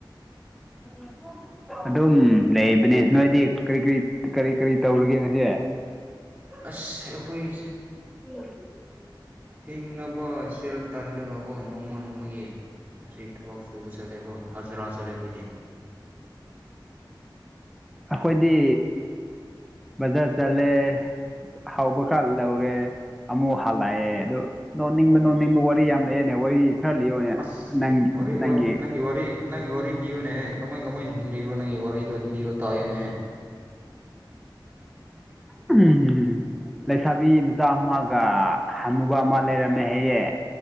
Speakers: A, in the centre; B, on the right (about 20°).
A: ꯑ ꯑꯗꯨꯝ ꯂꯩꯕꯅꯦ ꯅꯣꯏꯗꯤ ꯀꯔꯤ ꯀꯔꯤ ꯀꯔꯤ ꯀꯔꯤ ꯇꯧꯔꯒꯦ ꯉꯁꯦ
B: ꯑꯁ ꯑꯩꯈꯣꯏ
A: ꯎꯝ
B: ꯍꯤꯡꯅꯕ ꯁꯦꯜ ꯇꯜꯂꯒꯒꯣ ꯅꯣꯡꯃ ꯅꯣꯡꯃꯒꯤ ꯑꯁꯤ ꯊꯕꯛ ꯁꯨꯕ ꯆꯠꯂꯦꯕ ꯍꯖꯔꯥ ꯆꯠꯂꯦ ꯑꯩꯗꯤ
A: ꯑꯩꯈꯣꯏꯗꯤ ꯕꯖꯥꯔ ꯆꯠꯂꯦ ꯍꯥꯎꯕ ꯈꯥꯂꯎꯔꯦ ꯑꯃꯨꯛ ꯍꯜꯂꯛꯑꯦ ꯑꯗꯨ ꯅꯣꯡ ꯅꯤꯡꯕ ꯅꯣꯡꯅꯤꯡꯕ ꯋꯥꯔꯤ ꯌꯥꯝ ꯂꯩꯑꯦꯅꯦ ꯋꯥꯔꯤ ꯈꯔ ꯂꯤꯌꯣꯅꯦ
B: ꯑꯁ
A: ꯅꯪꯒꯤ
B: ꯑꯣꯏ
A: ꯅꯪꯒꯤ
B: ꯑꯣꯏ ꯅꯪ ꯌ ꯋꯥꯔꯤꯔꯤ ꯅꯪ ꯌꯔꯤ ꯂꯌꯨꯅꯦꯦꯛ ꯀꯃꯥꯏ ꯀꯃꯥꯏꯅ ꯍꯤꯡꯅꯣꯏꯕ꯭ꯔꯣ ꯅꯪ ꯋꯥꯔꯤꯔꯩꯗꯣ ꯏꯜꯂꯤꯌꯣ ꯇꯥꯏꯌꯦꯅꯦ
A: ꯎꯝ ꯂꯩꯁꯥꯕꯤ ꯃꯆꯥ ꯑꯃꯒ ꯍꯟꯅꯨꯕ ꯑꯃ ꯂꯩꯔꯝꯃꯦ ꯍꯌꯦ